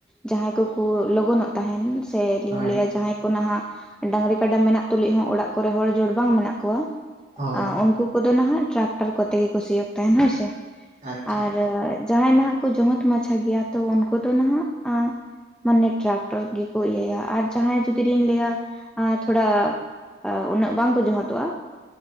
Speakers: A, in the centre; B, on the right (about 40°).
A: ᱡᱟᱦᱟᱭ ᱠᱚᱠᱚ ᱞᱚᱜᱚᱱᱚᱜ ᱛᱟᱦᱮᱱ ᱥᱮᱞᱤᱧ
B: ᱦᱳᱭ
A: ᱞᱟᱹᱭᱟ᱾ ᱱᱟᱦᱟᱜ ᱰᱟᱝᱨᱤ ᱠᱟᱰᱟ ᱢᱮᱱᱟᱜ ᱛᱩᱞᱩᱡ ᱦᱚᱸ ᱚᱲᱟᱜ ᱠᱚᱨᱮ ᱦᱚᱲ ᱡᱚᱲ ᱵᱟᱝ ᱢᱮᱱᱟᱜ ᱠᱚᱣᱟ
B: ᱦᱳᱭ
A: ᱟᱨ ᱩᱱᱠᱩ᱾ ᱩᱱᱫᱚ ᱱᱟᱦᱟᱜ ᱴᱨᱟᱠᱴᱟᱨ ᱠᱚᱛᱮ ᱜᱮᱠᱚ ᱥᱤᱭᱳᱜ ᱛᱟᱦᱮᱱ ᱦᱳᱭᱥᱮ
B: ᱟᱪᱪᱷᱟ
A: ᱟᱨ
B: ᱟᱪᱪᱷᱟ
A: ᱡᱟᱦᱟᱸᱭ ᱱᱟᱦᱟᱜ᱾ ᱠᱚ ᱡᱚᱦᱚᱛ ᱢᱟᱪᱷᱟ ᱜᱮᱭᱟ ᱛᱚ ᱩᱱᱠᱩ ᱫᱚ ᱱᱟᱦᱟᱜ᱾ ᱢᱟᱱᱮ ᱴᱨᱟᱠᱴᱚᱨ ᱜᱮᱠᱚ ᱤᱭᱟᱹᱭᱟ ᱟᱨ ᱡᱟᱦᱟᱸᱭ ᱡᱚᱫᱤ ᱞᱤᱧ ᱞᱟᱹᱭᱟ ᱛᱷᱚᱲᱟ᱾ ᱩᱱᱟᱹᱜ ᱵᱟᱝ ᱠᱚ ᱡᱚᱦᱚᱫᱚᱜᱼᱟ